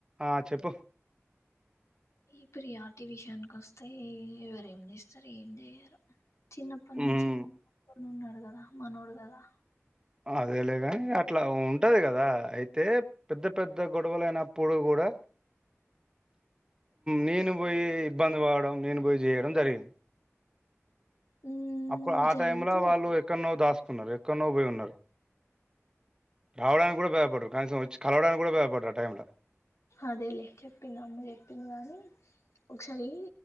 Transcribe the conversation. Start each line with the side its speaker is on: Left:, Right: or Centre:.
Right: ఆ చెప్పు
Left: ఇప్పుడు ఈ ఆర్టిఫిషియల్ వస్తే ఎవరు ఏం చేస్తారు ఏం చేయరు చిన్నప్పటి
Right: మ్మ్
Left: నుంచి ఉన్నాడు కదా మనోడు కదా
Right: అదేలేగాని అట్లా ఉంటాది కదా అయితే పెద్ద పెద్ద గొడవలుయినప్పుడు కూడా నేను పోయి ఇబ్బంది పడడం నేను పోయి చేయడం జరిగింది
Left: ఉమ్,
Right: అప్పుడు ఆ
Left: జరుగుతుంది
Right: టైమ్ లో వాళ్ళు ఎక్కడ నువ్వు దాసు న్నారు ఎక్కువనో పోయి ఉన్నారు రావడానికి కూడా భయపడరు కనీసం వచ్చి కలవడానికి కూడా భయపడరు ఆ టైంలో
Left: అదేలే చెప్పింది అమ్మ చెప్పింది గానీ ఒకసారి